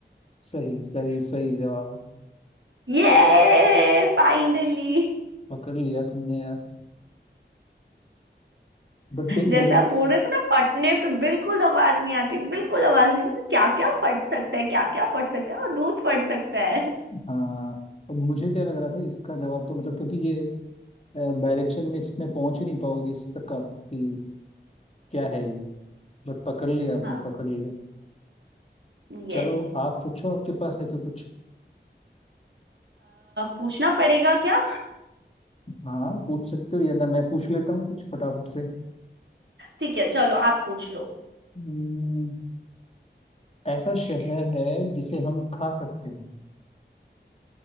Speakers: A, on the left; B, on the right.
A: सही सही सही जवाब
B: ये फाइनली
A: पकड़ लिया तुमने यार बट मे,
B: जैसा
A: मेरे को
B: आप बोल रहे थे ना फटने पे बिल्कुल आवाज नहीं आती बिल्कुल आवाज नहीं मतलब क्या क्या फट सकता है क्या क्या फट सकता है वो दूध फट सकता है
A: हाँ अब मुझे क्या लग रहा था इसका जवाब तो मतलब क्योंकि ये डायरेक्शन में इसमें पहुंच ही नहीं पाओगे इस तक आप कि क्या है ये बट पकड़ लिया आपने
B: हाँ
A: पकड़ लिया
B: यस
A: चलो आप पूछो आपके पास है तो कुछ
B: पूछना पड़ेगा क्या
A: हाँ पूछ सकते हो या ना मैं पूछ लेता हूँ कुछ फटाफट से
B: ठीक है चलो आप पूछ लो
A: हम्म, ऐसा शहर है जिसे हम खा सकते हैं